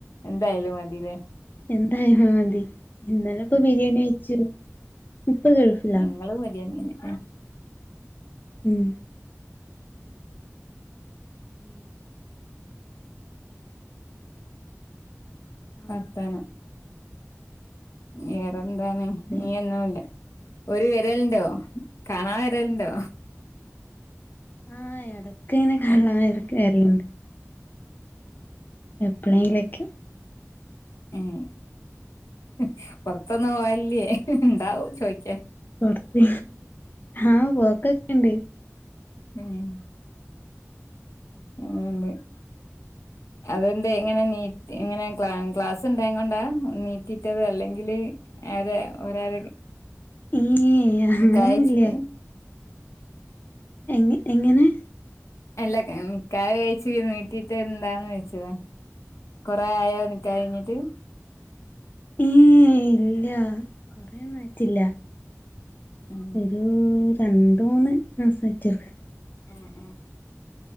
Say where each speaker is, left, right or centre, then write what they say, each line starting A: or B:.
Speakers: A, on the left; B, on the left.
A: എന്തായാലും മതില്ലേ
B: എന്തായലും മതി. ഇന്നലെ പ്പൊ ബിരിയാണി വെച്ചു. ഇപ്പ ഗൾഫിലാ
A: ഞങ്ങളും മരിയാണന്നെ
B: ഉം. ഉം ആഹ്
A: വർത്താനം വേറെന്താണ്
B: അതെ
A: നീയന്നോല്ലെ ഒരു വെരൽണ്ടോ കാണാൻ വെരൽണ്ടോ?
B: ആഹ് എടക് ങ്ങനെ
A: ഏഹ്
B: <unintelligible> എപ്പളേങ്കിലൊക്കെ
A: ഏഹ് ഉം പുൊറത്തൊന്നും പോവല്ലേ ഉണ്ടാവും ചോയ്
B: പൊർത് ആഹ് പോക്കൊക്കെണ്ട്
A: ഉം <unintelligible> അതന്തെ ഇങ്ങനെ നീ ഇങ്ങനെ ക്ലാ ക്ലാസ് ണ്ടായിൻ കൊണ്ടാ നീറ്റിട്ടത്. അല്ലെങ്കില് അവര് ഒരാരൊക്
B: ഏയ് അങ്ങനൊന്നുല്ല
A: ന്ക്കാഹ് യ്ചിട്ട്
B: എങ് എങ്ങനെ
A: എല്ല കെ നിക്കാഹ് യ്ചി നീട്ടിട്ട് എന്താന്ന്വെച്ചതോ കൊ റായോ നിക്കാഹ് ഴിഞ്ഞിട്ട്?
B: ഏഹ് ഇല്ല കൊറേന്നായിട്ടില്ല
A: ഉം
B: ഒരു രണ്ട് മൂന്ന് മാസായ്റ്റൊള്ളു
A: ഉം ഉം